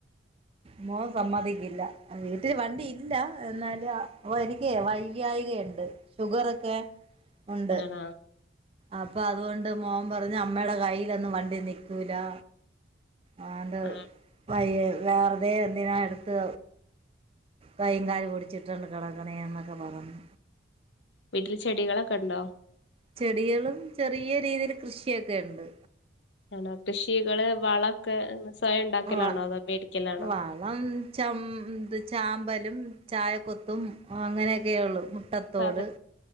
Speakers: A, on the right (about 30°); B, on the left (about 65°).
A: മോൻ സമ്മതിക്കില്ല <unintelligible> ട്ടില് വണ്ടിയില്ല എന്നാലും അ അപ്പൊ എനിക്ക്യെ വയ്യായികയുണ്ട് ഷുഗറൊക്കെ ഉണ്ട്
B: ആണോ
A: അപ്പൊ അതുകൊണ്ട് മോൻ പറഞ്ഞു അമ്മയുടെ കയ്യിലൊന്നും വണ്ടി നിക്കൂലാ ആ എന്താ
B: ആഹ്
A: വയ വേറുതെ എന്തിനാ എടുത്ത് കൈകാലി പഓടിച്ചിട്ടുണ്ട് കിടക്കണേ എന്നൊക്കെ പറഞ്ഞു
B: വീട്ടില് ചെടികളൊക്കെ ഉണ്ടോ
A: ചെടികളും ചെറിയ രീതിൽ കൃഷിയൊക്കെ ഉണ്ട്
B: ആണോ കൃഷികള് വളൊക്കെ സ്വയം ഉണ്ടാക്കലാണോ
A: വ
B: അതോ മേടിക്കലാണോ
A: വളം ചന്ത് ചാമ്പ ലും ചായക്കൊത്തും അങ്ങനെ കേള് മുട്ടത്തോട്
B: സാധനം